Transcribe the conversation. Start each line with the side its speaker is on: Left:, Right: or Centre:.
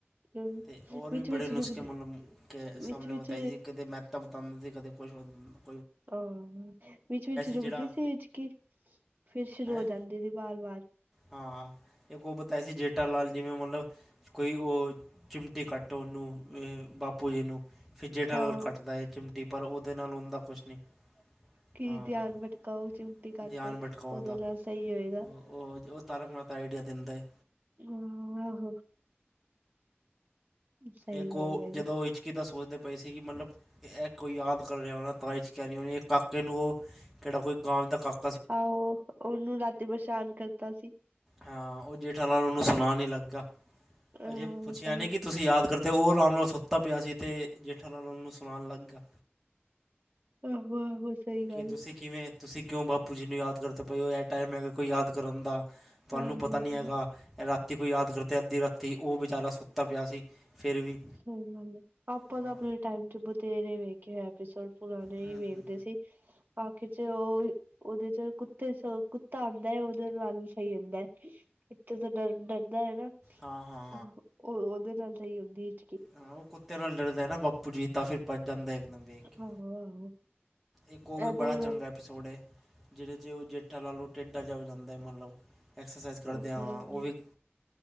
Right: ਹੂੰ
Centre: ਤੇ ਹੋਰ
Right: ਵਿੱਚ-ਵਿੱਚ
Centre: ਵੀ ਬੜੇ ਨੁਸਖੇ
Right: ਰੁਕਦੇ
Centre: ਮਤਲਬ ਕੇ ਸਾਹਮਣੇ
Right: ਵਿੱਚ-ਵਿੱਚ
Centre: ਬਿਤਾਈ ਸੀ। ਇਕ ਤੇ ਮੈ <unintelligible> ਸੀ। ਕਦੇ ਕੁਛ ਹੋ ਜਾਦਾ
Right: ਆਹ। ਵਿੱਚ-ਵਿਚ ਰੁਕਦੀ
Centre: ਜਿਹੜਾ
Right: ਸੀ ਹਿਚਕੀ। ਫੇਰ ਸ਼ੁਰੂ
Centre: ਹੈਂ
Right: ਜਾਂਦੇ ਸੀ ਵਾਰ -ਵਾਰ।
Centre: ਹਾਂ। ਇੱਕ ਉਹ ਬਤਾਏ ਸੀ ਜੇਠਾ ਲਾਲ ਜਿਵੇਂ ਮਤਲਬ ਕੋਈ ਉਹ ਚਿਮਟੀੇ ਕੱਟ, ਉਹਨੂੰ ਬਾਪੂ ਜੀ ਨੂੰ ਫੇਰ ਜੇਹੜਾ
Right: ਹਾਂ
Centre: ਕੱਟਦਾ ਹੈ ਚਿਮਟੀ। ਪਰ ਉਹਦੇ ਨਾਲ ਉਹਦਾ ਕੁਝ ਨਹੀਂ
Right: ਕੀ
Centre: ਹਾਂ
Right: ਧਿਆਨ ਭਟਕਾਓ ਚਿਮਟੀ ਕਾਟੋ।
Centre: ਧਿਆਨ ਭਟਕਾਉਣ
Right: ਉਹਦੇ
Centre: ਦਾ
Right: ਨਾਲ ਸਹੀ ਹੋਏ।
Centre: ਉਹ ਜੋ ਤਾਰਕ ਮੇਹਤਾ ਆਈਡੀਆ ਦਿੰਦਾ ਏ।
Right: ਹੂੰ ਆਹੋ। ਸਹੀ
Centre: ਇੱਕ
Right: ਗੱਲ
Centre: ਉਹ
Right: ਹੈਗੀ
Centre: ਜਦੋਂ ਇਚ ਕਿ ਤਾਂ ਸੋਚਦੇ ਪਏ ਸੀ ਕਿ ਮਤਲਬ, ਇਹ ਕੋਈ ਯਾਦ ਕਰ ਰਿਹਾ ਹੋਣਾ। ਤਾਂ ਹਿਚਕੀ ਆ' ਰਹੀ ਹੋਣੀ ਕਾਕੇ ਨੂੰ ਕਿਹੜਾ ਕੋਈ ਗਾਂਵ ਦਾ ਕਾਫੀ <unintelligible>
Right: ਆਹੋ। ਉਹਨੂੰ ਰਾਤੀ ਪਰਸ਼ਾਨ ਕਰਤਾ ਸੀ।
Centre: ਹਾਂ। ਉਹ ਜੇਠਾਲਾਲ ਉਹਨੂੰ ਸੁਨਾਣ ਈ ਲੱਗਾ।
Right: ਆਹੋ
Centre: ਅਜੇ ਪੁੱਛਿਆ
Right: ਸਹੀ
Centre: ਨਹੀਂ ਕਿ ਤੁਸੀਂ ਯਾਦ ਅਗਰ ਤੇ ਉਹ ਆਰਾਮ ਨਾਲ ਸੁੱਤਾ ਪਿਆ ਸੀ ਤੇ। ਜੇਠਾ ਲਾਲ ਉਹਨ ਨੂੰ ਸੁਨਾਣ ਲੱਗਾ।
Right: ਆਹੋ -ਆਹੋ ਸਹੀ ਗੱਲ।
Centre: ਕਿ ਤੁਸੀਂ ਕਿਵੇਂ ਤੁਸੀਂ ਕਿਉਂ ਬਾਪੂ ਜੀ ਨੂੰ ਯਾਦ ਕਰਦੇ ਪਏ ੳ ਇਹ ਟਾਈਮ ਹੈਗਾ ਕੋਈ ਯਾਦ ਕਰਨ ਦਾ। ਤੁਹਾਨੂੰ
Right: ਹਾਂਜੀ-ਹਾਂਜੀ
Centre: ਪਤਾ ਨਹੀਂ ਹੈਗਾ। ਇਹ ਰਾਤੀ ਕੋਈ ਯਾਦ ਕਰਤਾ ਅੱਧੀ ਰਾਤੀ, ਉਹ ਵਿਚਾਰਾ ਸੁੱਤਾ ਪਿਆ ਸੀ। ਫਿਰ ਵੀ
Right: ਹ- ਹ ਆਪਾਂ
Centre: ਹਾਂ
Right: ਤਾਂ ਆਪਣੇ ਟਾਈਮ ਚ ਬਥੇਰੇ ਵੇਖੇ ਇਹ ਐਪੀਸੋਡ ਪੁਰਾਣੇ
Centre: ਹਮ,
Right: ਹੀ ਵੇਖਦੇ
Centre: ਹਮ,
Right: ਸੀ। ਬਾਕੀ ਚ ਉਹ ਉਹਦੇ ਚ ਕੁੱਤੇ ਸ ਕੁੱਤਾ ਆਂਦਾ ਹੈ। ਉਹਦੇ ਨਾਲ <unintelligible> ਸਹੀ ਹੁੰਦਾ ਹੈ। ਕਿੱਤੇ ਤੋਂ ਡਰ- ਡਰ ਹੈ ਨਾ।
Centre: ਹਾਂ ਹਾਂ
Right: ਉਹ ਉਹਦੇ ਨਾਲ ਸਹੀ ਹੁੰਦੀ ਏ।
Centre: ਹਾਂ। ਉਹ ਕੁੱਤੇ ਨਾਲ ਡਰਦਾ ਨਾ ਬਾਪੂ ਜੀ ਤਾ ਫਿਰ ਭੱਜ ਜਾਂਦਾ ਇੱਕ ਦਮ ਵੇਖ
Right: ਆਹੋ
Centre: ਕੇ
Right: ਆਹੋ
Centre: ਇੱਕ ਉਹ ਵੀ
Right: ਏਦਾਂ
Centre: ਬੜਾ
Right: ਹੀ
Centre: ਚੰਗਾ
Right: ਉਹ।
Centre: ਸੋਡੇ। ਜਿਹਦੇ ਚ ਉਹ ਜੇਠਾ ਲਾਲ ੳਹ ਟੇਢਾ ਜਿਆ ਹੋ ਜਾਂਦਾ ਹੈ। ਮਤਲਬ ਐਕਸਰਸਾਈਜ਼ ਕਰਦਿਆਂ
Right: ਹਾਂਜੀ
Centre: ਵਾਂ।
Right: ਹਾਂਜੀ
Centre: ਉਹ ਵੀ